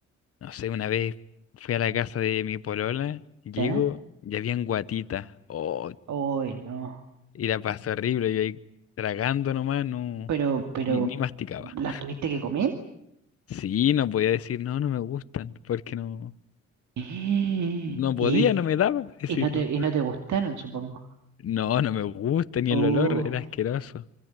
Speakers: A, on the left (about 50°); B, on the right (about 70°).
A: No sé, una vez fui a la casa de mi polola, llego
B: ¿Ya?
A: y habían guatita. Oh,
B: hoy no.
A: y la pasé horrible, yo ahí tragando nomás, no,
B: Pero, pero,
A: ni, ni masticaba.
B: ¿las tuviste que comer? <gasps>
A: Sí, no podía decir, no, no me gustan, porque no,
B: Eh,
A: no
B: Y,
A: podía, no me daba para decirlo.
B: y no te, y no te gustaron, supongo.
A: No, no me gusta ni
B: Oh,
A: el olor, era asqueroso.